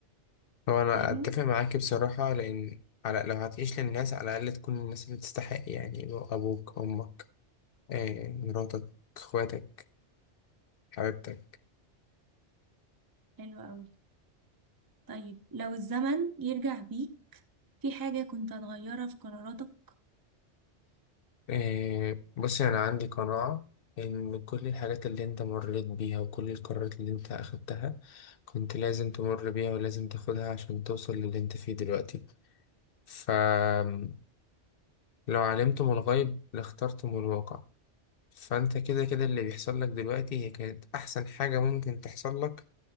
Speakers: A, on the left; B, on the right.
A: هو أنا
B: فاهمني
A: أتفق معاك بصراحة لأن على لو هتعيش للناس على الأقل تكون الناس اللي تستحق يعني أبوك أمك آه، مراتك إخواتك حبيبتك
B: حلو أوي طيب لو الزمن يرجع بيك في حاجة كنت هتغيرها في قراراتك
A: إيه بصي أنا عندي قناعة إن كل الحاجات اللي أنت مريت بيها وكل القرارات اللي أنت أخدتها كنت لازم تمر بيها ولازم تاخدها عشان توصل للي أنت فيه دلوقتي فلو علمتم الغيب لاخترتم الواقع فأنت كده كده اللي بيحصل لك دلوقتي هي كانت أحسن حاجة ممكن تحصل لك